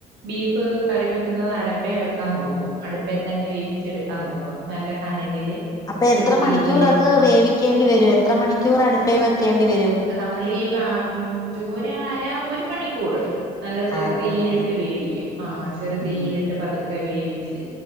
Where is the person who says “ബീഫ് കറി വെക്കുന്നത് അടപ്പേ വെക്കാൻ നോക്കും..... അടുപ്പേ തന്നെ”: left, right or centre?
Right